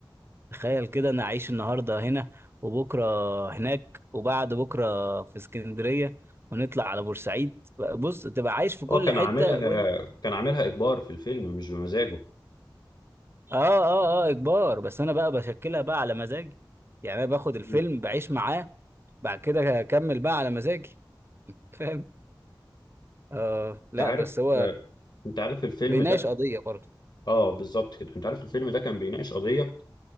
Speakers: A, on the right; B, on the left.
A: تخيل كده أنا أعيش النهاردة هنا وبكرة هناك وبعد بكرة في اسكندرية ونطلع على بورسعيد بص تبقى عايش في كل
B: هو كان
A: حتة
B: عاملها
A: و... آه
B: كان عاملها اجبار في الفيلم مش بمزاجه
A: آه آه إجبار بس أنا بقى بشكلها بقى على مزاجي يعني أنا باخد الفيلم
B: مم.
A: بعيش معاه بعد كده أكمل بقى على مزاجي <laughs> فاهم آه
B: انت
A: لا
B: عارف
A: بس هو
B: آه، انت عارف الفيلم
A: بيناقش
B: ده
A: قضية برضه
B: اه بالظبط كده انت عارف الفيلم ده كان بيناقش قضيه